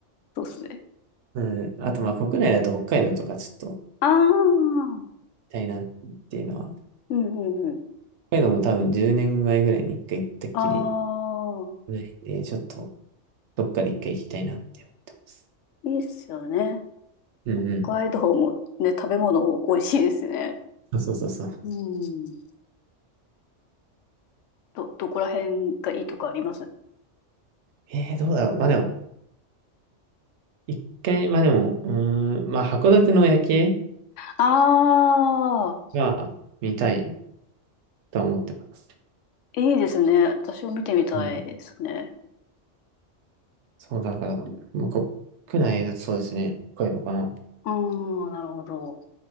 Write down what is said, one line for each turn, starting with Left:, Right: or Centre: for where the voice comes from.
Left: そうですね。
Right: うん。あと、まあ、国内だと北海道とかちょっと行
Left: ああ、うん
Right: きたいなっていうのは、
Left: うんうん。
Right: 北海道も多分10年前ぐらいに一回行ったっきり
Left: ああ、
Right: ないんで、ちょっとどっかで一回行きたいなって思ってます。
Left: いいっすよね。
Right: うんうん。
Left: 北海道もね、食べ物美味しいですね。
Right: そうそうそうそう。
Left: うん。ど、どこら辺がいいとかあります
Right: えー、どうだろう。まあでも、一回、まあでも、うーん、まあ函館の夜景
Left: ああ
Right: は見たいとは思ってます。
Left: ー、いいですね。私も見てみたいですね。
Right: うん。そうだから、まあ国内だとそうですね。北海道かな。
Left: うーん、なるほど。